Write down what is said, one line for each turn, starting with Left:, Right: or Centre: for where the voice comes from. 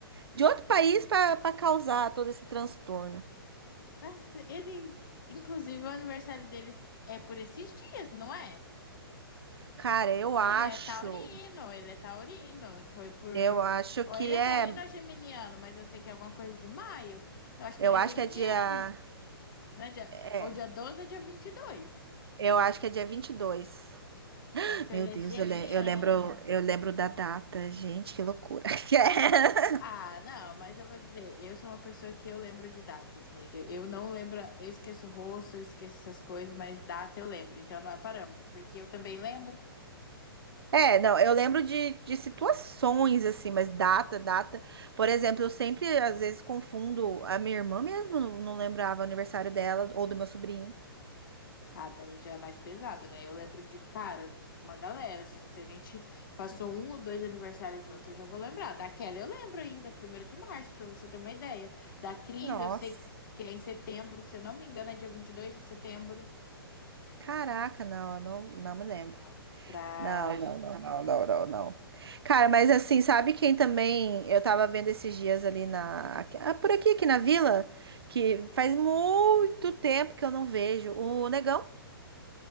Right: de outro país para causar todo esse transtorno?
Left: Mas ele, inclusive, o aniversário dele é por esses dias, não é?
Right: Cara, eu acho,
Left: Ele é taurino, ele é taurino. Foi por.
Right: eu acho
Left: Ou
Right: que
Left: ele é
Right: é,
Left: taurino ou geminiano, mas eu sei que é alguma coisa de maio. Eu acho
Right: eu
Left: que ele
Right: acho
Left: é geminiano.
Right: que é dia,
Left: Né? Dia...
Right: é,
Left: Ou dia 12 ou dia 22.
Right: eu acho que é dia 22.
Left: Ah, Então
Right: Meu
Left: ele
Right: Deus,
Left: é geminiano.
Right: eu, le- eu lembro, eu lembro da data, gente, que loucura. <laughs>
Left: Ah, não, mas eu vou dizer, eu sou uma pessoa que eu lembro de datas, amiga. Eu não lembro, eu esqueço o rosto, eu esqueço essas coisas, mas data eu lembro, então não é parâmetro, porque eu também lembro.
Right: É, não, eu lembro de, de situações assim, mas data, data. Por exemplo, eu sempre às vezes confundo a minha irmã mesmo, não, não lembrava o aniversário dela ou do meu sobrinho.
Left: Ah, daí já é mais pesado, né? Eu lembro de, cara, uma galera, assim, se a gente passou um ou dois aniversários juntos, eu já vou lembrar. Da Kelly eu lembro ainda, primeiro de março, pra você ter uma ideia. Da Cris,
Right: Nossa,
Left: eu sei que, que é em setembro, se eu não me engano, é dia 22 de setembro.
Right: caraca, não, eu não, não me lembro.
Left: Não, pra.
Right: Não, não, não não, não, não, não, não. Cara, mas assim, sabe quem também eu tava vendo esses dias ali na, aqui- ah, por aqui, aqui na vila, que faz muito tempo que eu não vejo o Negão.